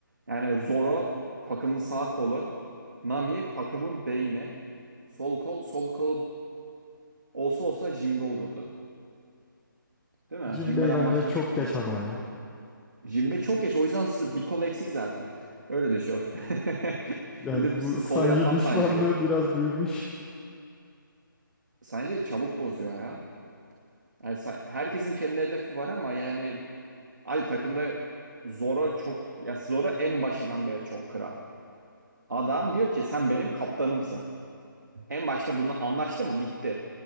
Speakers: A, on the right (about 60°); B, in the centre.
A: Yani Zoro takımın sağ kolu, Nami takımın beyni, sol kol, sol kol olsa olsa Jinbe olurdu. Değil mi?
B: Jinbei
A: Jinbe'den
B: bence
A: başkası
B: çok
A: olur
B: geç
A: mu?
B: ama ya.
A: Jinbe çok yaş, o yüzden bir kol eksik zaten. Öyle düşün. <laughs>
B: Yani
A: Gidip
B: bu Sanji
A: kol yapmam
B: düşmanlığı
A: Sanji'yi.
B: biraz büyümüş. <laughs>
A: <laughs> Sanji çabuk bozuyor ya. Yani Sa- herkesin kendi hedefi var ama yani Abi takımda Zoro çok ya Zoro en başından beri çok kral. Adam diyor ki sen benim kaptanımsın. En başta bunu anlaştı mı? Bitti.